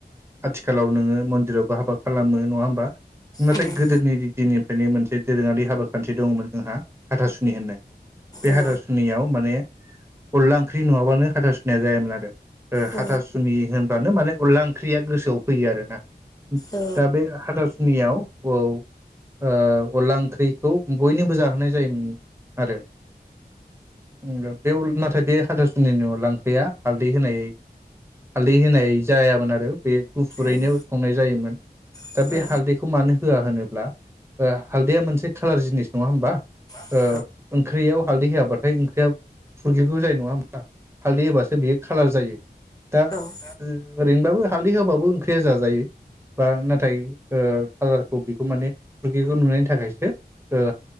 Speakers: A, on the right; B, on the left.
A: आथिखालाव नोङो मन दिरावबो हाबा खालामो नङा होनबा? नाथाय
B: उम
A: गोदोनि
B: उम
A: दिननिफ्रायनो मोनसे दोरोङारि हाबा खान्थि दङमोन। जोंहा हाथासुनि होननाय बे
B: औ
A: हाथासुनियाव माने अनला ओंख्रि नङाबानो हाथ सुनाया जायामोन आरो ओ
B: औ
A: हाथासुनि होनब्लानो माने अनला ओंख्रिया गोसोआव फैयो आरो ना
B: औ
A: दा बे हाथासुनियाव औ ओ अनला ओंख्रिखौ बयनोबो जाहोनाय जायोमोन आरो नोंगौ बे उल नाथाय बे हाथासुनिनि अनला ओंख्रिया हालदै होनाय हालदै होनाय जायामोन आरो बे गुफुरैनो
B: उम
A: संनाय जायोमोन
B: औ
A: दा बे हालदैखौ मोनो होआ होनोब्ला ओ हालदैया मोनसे खालार जिनिस नडा होनबा
B: औ
A: ओ ओंख्रै आव हालदै होआ होबाथाय ओंख्रिया फुरगेव गेव जायो नङा होनबा हालदै होबासो बेयो खाालार जायो दा
B: औ
A: ओरैनोबाबो हालदै होबाबोबो ओंख्रैया जाजा बा नाथाय ओ कालारखौ बेखौ माने फुरगेवगेव नुनायनि थाखायसो ओ